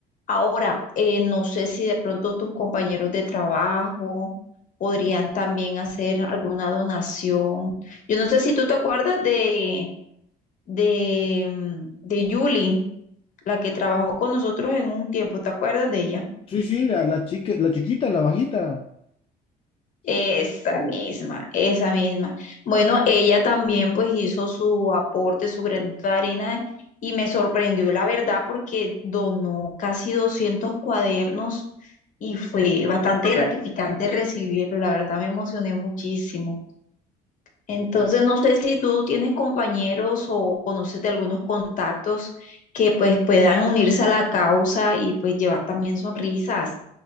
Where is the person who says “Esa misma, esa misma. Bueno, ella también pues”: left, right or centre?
Left